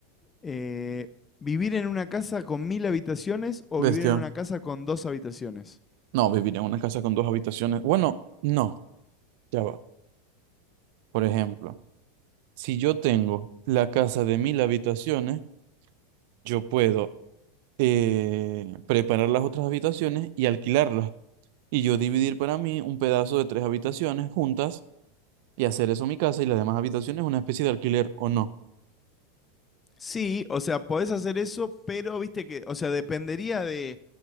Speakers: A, on the left; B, on the right.
A: eh, vivir en una casa con mil habitaciones o
B: Bestia.
A: vivir en una casa con dos habitaciones.
B: No, vivir en una casa con dos habitaciones. Bueno, no, ya va. Por ejemplo, si yo tengo la casa de mil habitaciones, yo puedo eh, preparar las otras habitaciones y alquilarlas. Y yo dividir para mí un pedazo de tres habitaciones juntas y hacer eso mi casa y las demás habitaciones una especie de alquiler o no.
A: Sí, o sea, podés hacer eso, pero viste que, o sea, dependería de